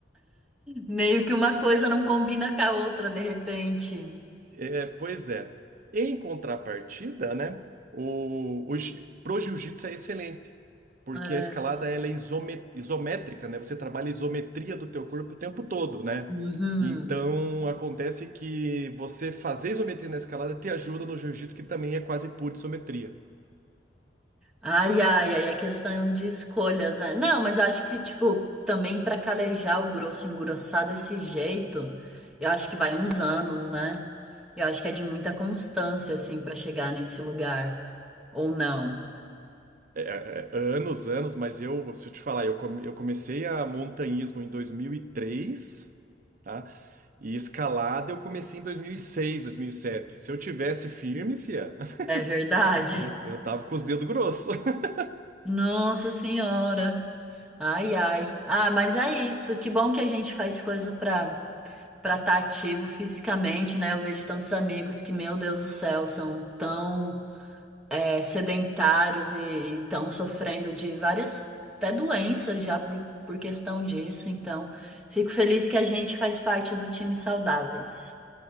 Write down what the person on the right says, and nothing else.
É, pois é. Em contrapartida, né, o, o, ji- pro jiu-jitsu é excelente, porque
a escalada ela é isome- isométrica, né? Você trabalha a isometria do teu corpo o tempo todo, né?
Então acontece que você fazer isometria na escalada te ajuda no jiu-jitsu, que também é quase pura isometria.
É, é, é, anos, anos, mas eu, se eu te falar, eu, come- eu comecei a montanhismo em 2003, tá? E escalada eu comecei em dois dois mil mil e seis, dois mil e sete. Se eu tivesse firme, fia,
<laughs> eu, eu tava com os dedos grossos. <laughs>